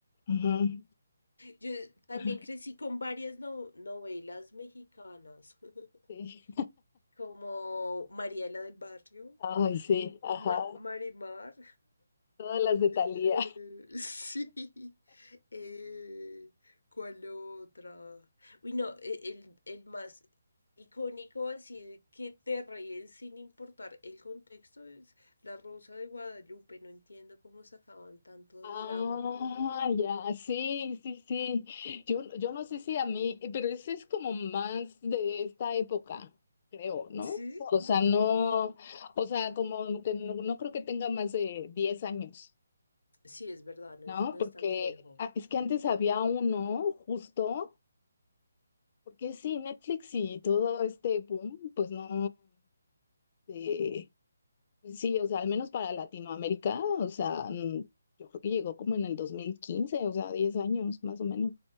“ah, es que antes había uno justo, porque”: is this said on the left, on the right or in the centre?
Left